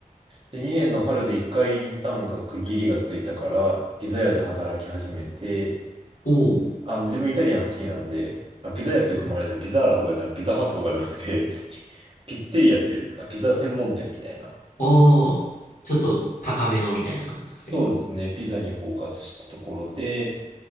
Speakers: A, on the right; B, on the left.
A: で、2年の春で1回インターンが区切りがついたから、ピザ屋で働き始めて、
B: うお
A: あ、自分イタリアン好きなんで、あ、ピザ屋って言ってもあれじゃん、
B: ああ、
A: ピザーラとかじゃなく、ピザハットとかじゃなくて <laughs> ピッツェリアっていうんですか、ピザ専門店みたいな。
B: おお、おおちょっと高めのみたいな感じなんですかね。
A: そうですね、ピザにフォーカスしたところで、